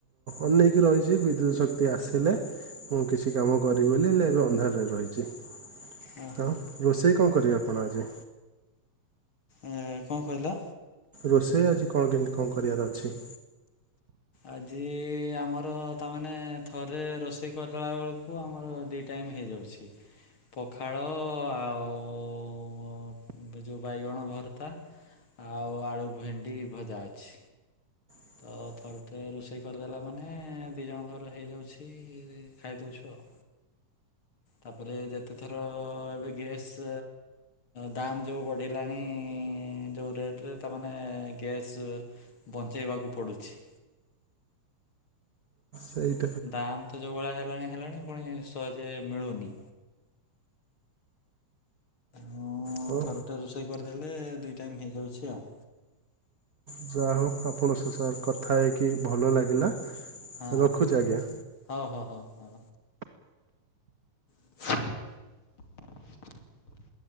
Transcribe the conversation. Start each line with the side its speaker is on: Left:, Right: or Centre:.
Right: ଅନେଇକି ରହିଛି ବିଦ୍ୟୁତ ଶକ୍ତି ଆସିଲେ ମୁଁ କିଛି କାମ କରିବି ବୋଲି ହେଲେ ଏବେ ଅନ୍ଧାରରେ ରହିଛି। ଆଉ
Left: ଓହୋ
Right: ରୋଷେଇ କଣ କରିବେ ଆପଣ ଆଜି?
Left: ଉଁ କଣ କହିଲ?
Right: ରୋଷେଇ ଆଜି କଣ କେମିତି କଣ କରିବାର ଅଛି?
Left: ଆଜି ଆମର ତାମାନେ ଥରେ ରୋଷେଇ କରିଲା ବେଳକୁ ଆମର ଦୁଇ ଟାଇମ୍ ହେଇଯାଉଛି। ଅଛି <unintelligible> ପଖାଳ ଆଉ ଯଉବାଇଗଣ ଭର୍ତ୍ତା। ଆଉ ଆଳୁ ଭେଣ୍ଡି ଭଜା ଅଛି।
Right: ହ
Left: ତ
Right: <unintelligible>
Left: ଥରୁଟେ ରୋଷେଇ କରିଦେଲା ମାନେ ଦି ଜଣ ଘର ହେଇଯାଉଛି ଖାଇଦୋଉଛୁ ଆଉ। ତାପରେ ଯେତେଥର ଏବେ ଗ୍ୟାସ୍। ଦାମ୍ ଯୋଉ ବଢ଼ିଲାଣି ଯୋଉ ରେଟରେ ତା ମାନେ ଗ୍ୟାସ୍। ବଞ୍ଚେଇବାକୁ ପଡ଼ୁଛି।
Right: ସେଇ।
Left: ଦାମ୍ ତ ଯୋଉ ଭଳିଆ ହେଲାଣି ହେଲାଣି ପୁଣି ସହଜେ ମିଳୁନି। ହଁ
Right: ହଉ
Left: ଥରୁଟେ ରୋଷେଇ କରିଦେଲେ ଦୁଇ ଟାଇମ୍ ହେଇଯାଉଛି ଆଉ।
Right: ଯା ହୋଉ ଆପଣ ସ ସାର୍ କଥା ହେଇକି ଭଲ ଲାଗିଲା
Left: ହଁ
Right: ରଖୁଛି ଆଜ୍ଞା।
Left: ହଉ ହଉ ହଉ ହଉ। <inaudible>